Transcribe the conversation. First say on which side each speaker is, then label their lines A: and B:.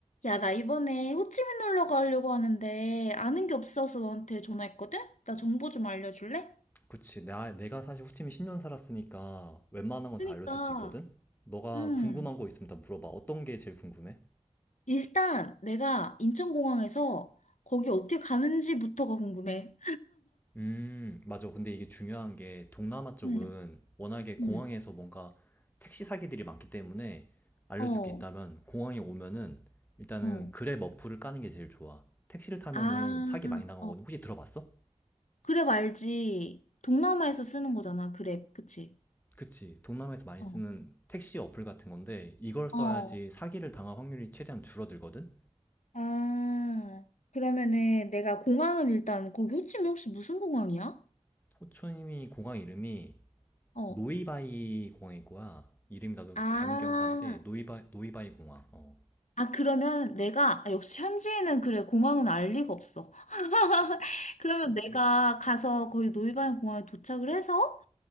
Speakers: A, on the left; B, on the left.
A: 야, 나 이번에 호치민 놀러 가려고 하는데 아는 게 없어서 너한테 전화했거든? 나 정보 좀 알려줄래?
B: 그치. 나, 내가 사실 호치민 10년 살았으니까 웬만한 건
A: 그니까,
B: 다 알려줄 수 있거든? 너가
A: 음,
B: 궁금한 거 있으면 다 물어봐. 어떤 게 제일 궁금해?
A: 일단 내가 인천공항에서 거기 어떻게 가는지부터가 궁금해.
B: 음, 맞아. 근데 이게 중요한 게 동남아 쪽은
A: 응,
B: 워낙에 공항에서
A: 응,
B: 뭔가 택시 사기들이 많기 때문에 알려줄
A: 어,
B: 게 있다면 공항에 오면은 일단은
A: 어.
B: 그랩 어플을 까는 게 제일 좋아. 택시를 타면은
A: 아,
B: 사기 많이 당하거든.
A: 어.
B: 혹시 들어봤어?
A: 그랩 알지? 동남아에서 쓰는 거잖아, 그랩. 그치?
B: 그치. 동남아에서 많이
A: 어,
B: 쓰는 택시 어플 같은 건데 이걸 써야지
A: 어.
B: 사기를 당할 확률이 최대한 줄어들거든?
A: 아, 그러면은 내가 공항은 일단 거기 호치민 혹시 무슨 공항이야?
B: 호초이미 공항 이름이
A: 어.
B: 노이바이 공항인 거야. 이름이 나도
A: 아,
B: 가물가물한데 노이바 노이바이 공항. 어.
A: 아, 그러면 내가, 아, 역시 현지인은 그래, 공항은 알 리가 없어. <laughs> 그러면 내가 가서 거기 노이반 공항에 도착을 해서